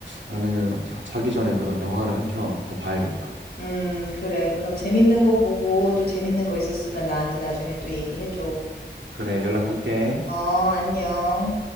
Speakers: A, on the right (about 75°); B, on the left (about 60°).
A: 나는 자, 자기 전에 그런 영화를 한 편 더 봐야겠다.
B: 음, 그래. 그럼 재밌는 거 보고 또 재밌는 거 있었으면 나한테 나중에 또 얘기해줘.
A: 그래, 연락할게.
B: 어, 안녕.